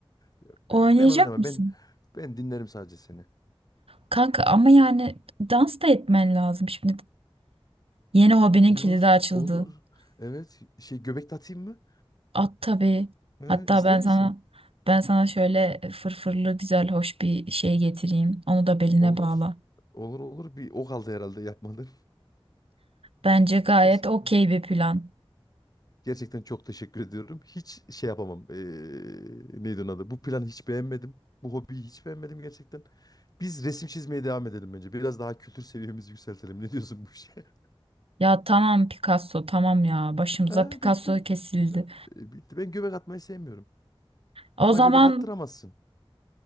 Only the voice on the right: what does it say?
oynayacak
mısın?
Kanka ama yani dans da etmen lazım. Şimdi yeni hobinin
kilidi açıldı.
At tabii.
Hatta
ben
sana ben sana şöyle fırfırlı güzel hoş bir şey getireyim. Onu da beline
bağla.
Bence gayet
okey bir plan.
Ya tamam Picasso tamam ya başımıza
Picasso
kesildi.
O
zaman